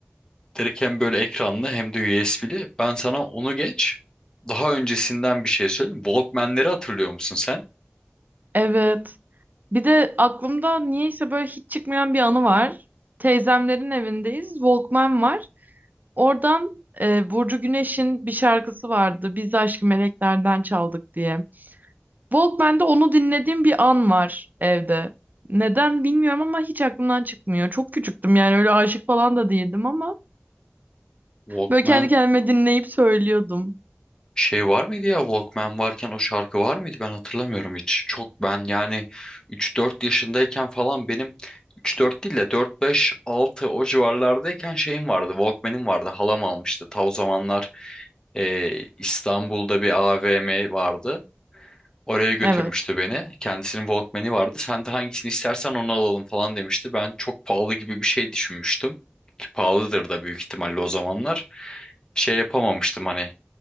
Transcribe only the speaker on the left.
Direkt hem böyle ekranlı hem de USB'li. Ben sana onu geç. Daha öncesinden bir şey söyleyeyim. Walkman'leri hatırlıyor musun sen?
Walkman
şey var mıydı ya? Walkman varken o şarkı var mıydı? Ben hatırlamıyorum hiç. Çok ben yani üç dört yaşındayken falan benim üç dört değil de 4-5-6 o civarlardayken şeyim vardı. Walkman'im vardı. Halam almıştı. Ta o zamanlar e, İstanbul'da bir AVM vardı. Oraya götürmüştü
beni. Kendisinin Walkman'i vardı. Sen de hangisini istersen onu alalım falan demişti. Ben çok pahalı gibi bir şey düşünmüştüm. Ki pahalıdır da büyük ihtimalle o zamanlar. Şey yapamamıştım hani